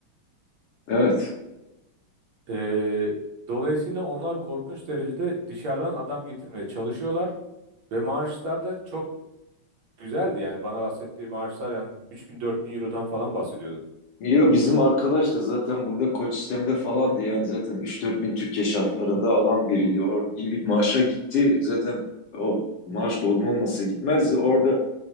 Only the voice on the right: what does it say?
Ee, dolayısıyla onlar korkunç derecede dışarıdan adam getirmeye çalışıyorlar ve maaşlar da çok güzeldi yani bana bahsettiği maaşlar yani 3000-4000 Euro'dan falan bahsediyordu.